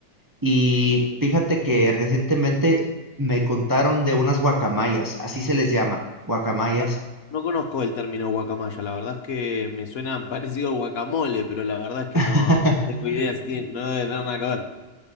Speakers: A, on the right; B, on the left.
A: Y fíjate que recientemente me contaron de unas guacamayas, así se les llama, guacamayas.
B: Guaca- No conozco el término guacamaya. La verdad es que me suena <laughs> parecido al guacamole, pero la verdad es que
A: <laughs>
B: no, no tengo idea si tiene, no debe tener nada que ver.